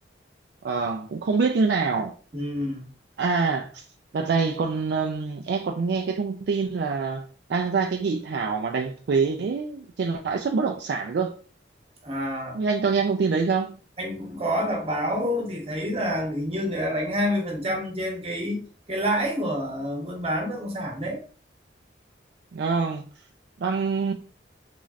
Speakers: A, on the right; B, on the right.
A: ờ, cũng không biết như nào
B: ừ.
A: À, đợt này còn ừm, em còn nghe cái thông tin là đang ra cái nghị thảo mà đánh thuế trên lãi suất bất động sản cơ.
B: à
A: Không biết Anh có nghe thông tin đấy không?
B: anh cũng có đọc báo thì thấy là hình như người ta đánh 20% trên cái cái lãi của buôn bán bất động sản đấy
A: Ờ, đang